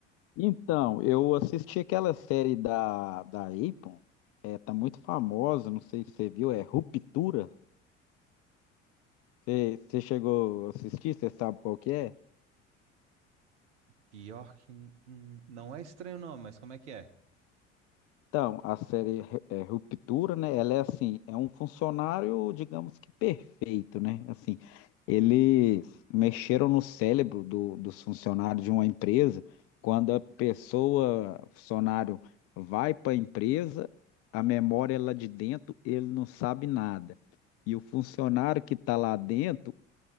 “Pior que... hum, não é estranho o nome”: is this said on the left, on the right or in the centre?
Right